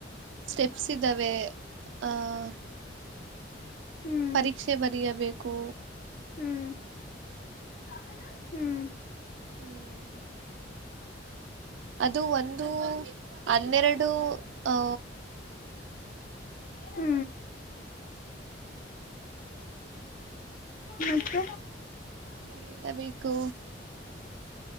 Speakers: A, on the right; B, on the left.
A: ಸ್ಟೆಪ್ಸ್ ಇದ್ದಾವೆ ಆಹ್
B: ಹ್ಮ್
A: ಪರೀಕ್ಷೆ ಬರಿಯಬೇ ಕು
B: ಹ್ಮ್ ಸಹನಾ ಹ್ಮ್
A: ಹ್ಮ್ ಅದು ಒಂದು ಹನ್ನೆರಡು ಅ
B: ಹೂ ಮತ್ತೆ
A: ಎ ಇಲ್ಲಾವಿ ಕು